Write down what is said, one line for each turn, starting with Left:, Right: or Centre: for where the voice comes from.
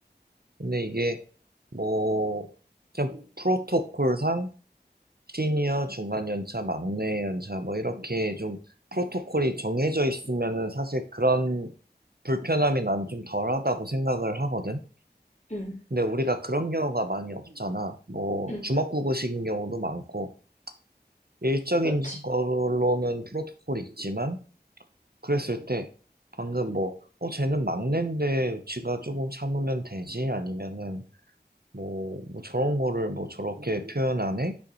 Right: 근데 이게 뭐, 그냥 프로토콜상 시니어, 중간 연차, 막내 연차, 뭐 이렇게 좀 프로토콜이 정해져 있으면은 사실 그런 불편함이 난 좀 덜하다고 생각을 하거든.
Left: 응,
Right: 근데 우리가 그런 경우가 많이 없잖아. 뭐,
Left: 응,
Right: 주먹구구식인 경우도 많고, 일정인
Left: 그치.
Right: 걸로는 프로토콜이 있지만, 그랬을 때, 방금 뭐, 어, 쟤는 막내인데, 지가 조금 참으면 되지? 아니면은, 뭐, 뭐 저런 거를 뭐 저렇게 표현하네?